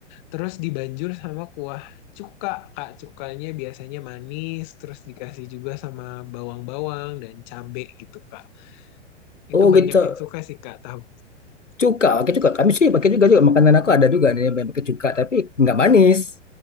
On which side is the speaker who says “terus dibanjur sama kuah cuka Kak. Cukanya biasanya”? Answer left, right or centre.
Left